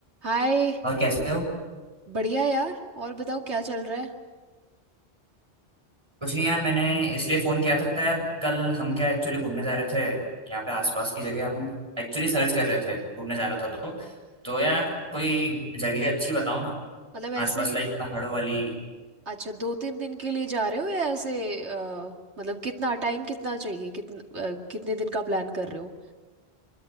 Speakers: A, on the right; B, on the right.
A: हाय
B: और कैसे हो
A: बढ़िया यार और बताओ क्या चल रहा है
B: कुछ नहीं यार मैंने इसलिए फोन किया था यार कल हम क्या एक्चुअली घूमने जा रहे थे यहाँ पे आसपास की जगह हम एक्चुअली सर्च कर रहे थे घूमने जाना था तो तो यार कोई जगह अच्छी बताओ ना
A: मतलब ऐसे
B: आसपास लाइक पहाड़ों वाली
A: अच्छा दो तीन दिन के लिए जा रहे हो या ऐसे अ, मतलब कितना टाइम कितना चाहिए कितना कितने दिन का प्लान कर रहे हो